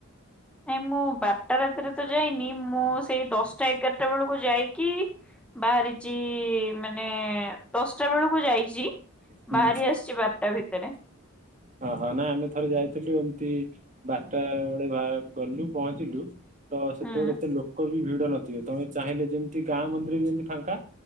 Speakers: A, in the centre; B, on the right.
A: ନାଇଁ ମୁଁ ବାରଟା ରାତିରେ ତ ଯାଇନି ମୁଁ ସେଇ ଦଶଟା ଏଗାରଟା ବେଳକୁ ଯାଇକି ବାହାରିଚି ମାନେ ଦଶଟା ବେଳକୁ ଯାଇଚି
B: ହୁଁ
A: ବାହାରି ଆସିଛି ବାରଟା ଭିତେରେ।
B: ଓହୋ ନାଇଁ ଆମେ ଥରେ ଯାଇଥିଲୁ ଏମିତି ବାରଟା ବେଳେ ଭା ଗଲୁ ପହଁଞ୍ଚିଲୁ ତ ସେତେବେଳେ
A: ହୁଁ
B: ଏତେ ଲୋକ ବି ଭିଡ ନଥିବେ ତମେ ଚାହିଁଲେ ଯେମିତି ଗାଁ ମନ୍ଦିର ଯେମିତି ଫାଙ୍କା।